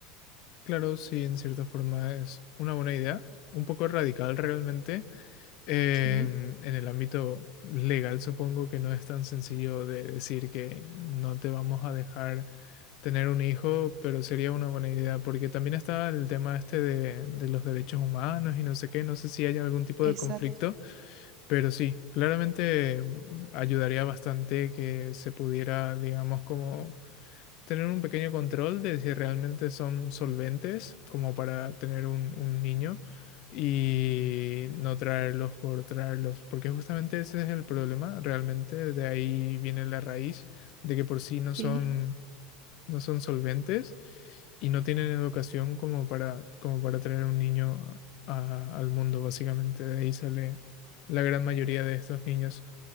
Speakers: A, on the left; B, on the right.
A: Claro, sí, en cierta forma es una buena idea, un poco radical realmente. Em,
B: Sí.
A: en el ámbito legal supongo que no es tan sencillo de decir que no te vamos a dejar tener un hijo, pero sería una buena idea porque también está el tema este de, de los derechos humanos y no sé qué, no sé si hay algún tipo
B: Exacto,
A: de conflicto, pero sí, claramente mm, ayudaría bastante que se pudiera, digamos, como tener un pequeño control de si realmente son solventes como para tener un, un niño y no traerlos por traerlos, porque justamente ese es el problema, realmente de ahí viene la raíz de que por sí no
B: sí.
A: son, no son solventes y no tienen educación como para, como para traer un niño a- a- al mundo, básicamente de ahí sale la gran mayoría de estos niños.